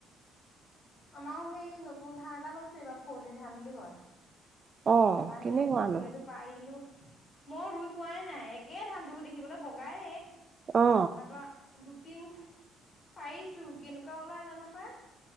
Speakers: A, on the left; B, on the right.
A: আমাৰো সেই নতুন ধান এটা লৈছে এইবাৰ ফৌজিৰ ধান বুলি কয়
B: অ
A: তাৰপৰা
B: কেনেকুৱানো
A: হেৰু হেৰু পাইলো মই ৰুই পোৱাই নাই একে ধানটোোৰ দেখিবলৈ বগাই
B: অ
A: তাৰপা দুটিং পাৰিছো কেনেকুৱা ওলাই জানো পাই।